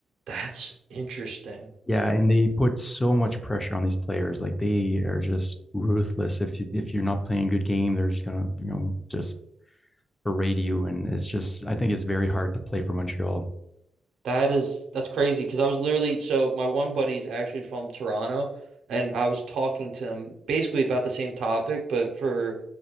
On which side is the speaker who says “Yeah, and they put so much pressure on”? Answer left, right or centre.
Left